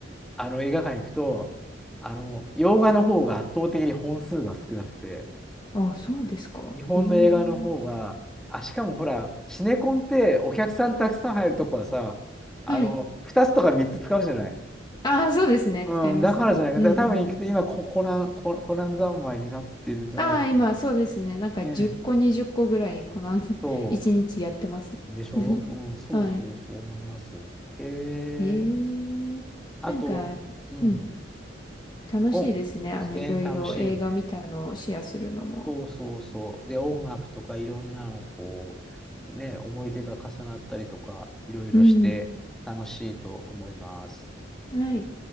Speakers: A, in the centre; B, on the left.
A: あの映画館行くと、あの、洋画の方が圧倒的に本数が少なくて、
B: あ、そうですか。
A: 日本の映画の方が、
B: へえ。
A: あ、しかもほら、シネコンってお客さんたくさん入るとこはさ、あの、
B: はい。
A: 2つとか3つ使うじゃない。
B: ああ、そうですね。
A: うん、
B: 使いますね。
A: だからじゃないか。
B: うんうん。
A: だから多分行くと今コ、コナン、コ、コナン三昧になってるんじゃないかな。
B: ああ、今、
A: ね
B: そうですね。なんか10個、
A: え。
B: 20個ぐらい、この
A: そ
B: <laughs> 1日やってますね。
A: う。でしょうん、
B: <laughs>
A: そうそうそう思います。
B: はい。
A: えー、
B: へえ。
A: あと、
B: なんか、
A: うん、
B: うん。楽しいですね。
A: お、
B: あの、
A: ね、
B: いろいろ映画見たのをシェアするのも。
A: 楽しいよね。そうそうそう。で、音楽とかいろんなのこう、ね、思い出が重なったりとか、いろいろして楽しいと思います。
B: うん。はい。